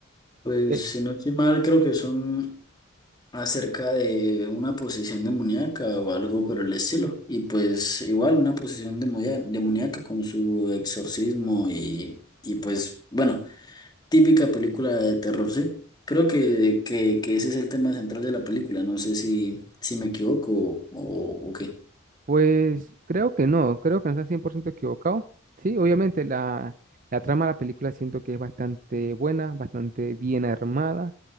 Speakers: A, on the left; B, on the right.
A: Pues
B: Eh,
A: si no estoy mal, creo que son acerca de una posesión demoníaca o algo por el estilo. Y pues igual una posesión demonia- demoníaca con su exorcismo y, y pues bueno. Típica película de terror, sí. Creo que, que, que ese es el tema central de la película. No sé si, si me equivoco o, o qué.
B: Pues creo que no, creo que no está 100% equivocado. Sí, obviamente la, la trama de la película siento que es bastante buena, bastante bien armada.